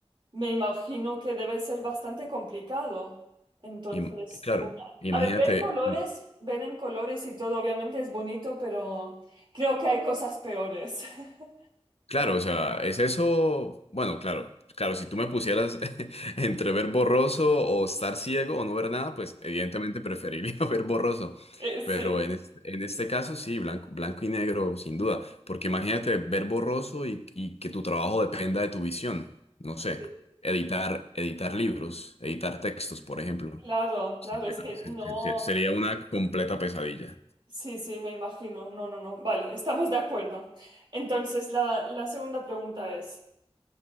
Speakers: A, on the right; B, on the left.
A: me imagino que debe ser bastante complicado. Entonces,
B: im- claro,
A: y bueno,
B: imagínate.
A: a ver, ver colores, ver en colores y todo, obviamente es bonito, pero creo que hay cosas peores. <laughs>
B: Claro, o sea, es eso, bueno, claro, claro, si tú me pusieras <laughs> entre ver borroso o estar ciego o no ver nada, pues evidentemente preferiría <laughs> ver borroso,
A: Eh, sí,
B: pero en, es- en este caso sí, blanco, blanco y negro, sin duda, porque imagínate ver borroso y, y que tu trabajo dependa de tu visión, no sé,
A: sí,
B: editar, editar libros, editar textos, por ejemplo,
A: claro, claro,
B: sería,
A: es que
B: se-
A: no.
B: se- se- sería una completa pesadilla.
A: Sí, sí, me imagino. No, no, no. Vale, estamos de acuerdo. Entonces, la, la segunda pregunta es,